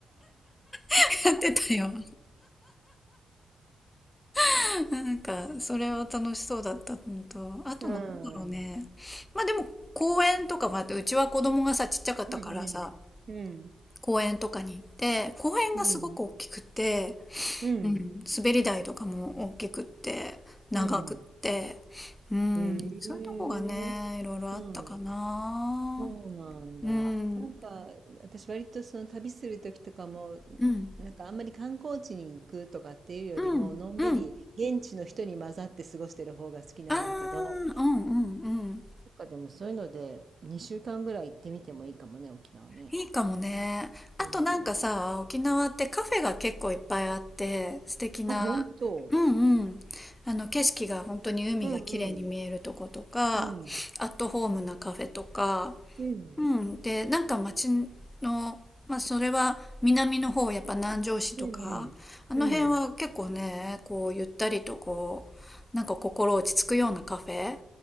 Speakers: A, on the left; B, on the right.
A: <laughs> やってたよ。<laughs> なんかそれは楽しそうだったのと、あとなんだろうね。
B: うん。
A: まあでも公園とかもあって、うちは子供がさ、ちっちゃかったからさ、
B: うんうん。うん。
A: 公園とかに行って、公園がすごく大きくて、
B: うん。うん。
A: うん、滑り台とかも大きくって、長くって、
B: うん。
A: うん、
B: へえ。
A: そういうとこがね、いろいろあったかな。
B: うん。そうなんだ。
A: うん、
B: なんか、私割とその旅する時とかも、
A: うん、
B: なんかあんまり観光地に行くとかっていうよりも、
A: うん、
B: のんびり現地の人に混ざって過ごしてる方が好きなんだけど、
A: うん。あー、うん、うん、うん。
B: なんかでもそういうので2週間ぐらい行ってみてもいいかもね、沖縄ね。
A: いいかもね。あとなんかさ、
B: うん。
A: 沖縄ってカフェが結構いっぱいあって、素敵な、
B: あ、本当。
A: うんうん。あの景色が本当に海が綺麗に見えるとことか、
B: うんうん。うん。
A: アットホームなカフェとか、
B: うん。
A: うん、で、なんか町の、まあ、それは南の方、やっぱ南城市とか、
B: うんうん。
A: あの辺は結構ね、
B: うん。
A: こう、ゆったりとこう、なんか心落ち着くようなカフェ